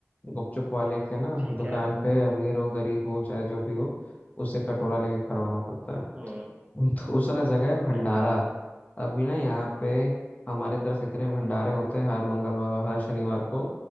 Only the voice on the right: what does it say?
ठीक
है
हम्म
हाँ